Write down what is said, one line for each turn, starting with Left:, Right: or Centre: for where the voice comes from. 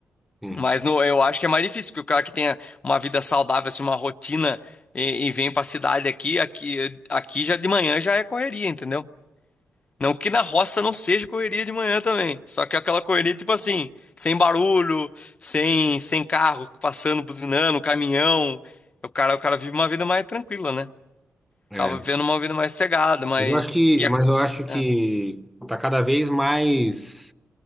Centre: Sim.
Left: Mas no- eu acho que é mais difícil, porque o cara que tenha uma vida saudável, assim, uma rotina e, e vem pra cidade aqui, aqui, aqui já de manhã já é correria, entendeu? Não que na roça não seja correria de manhã também. Só que é aquela correria, tipo assim, sem barulho, sem, sem carro passando, buzinando, caminhão. O cara, o cara vive uma vida mais tranquila, né?
Centre: É.
Left: Acaba vivendo uma vida mais cegada, mais.
Centre: Mas eu acho que,
Left: E a-
Centre: mas eu acho que
Left: é,
Centre: tá cada vez mais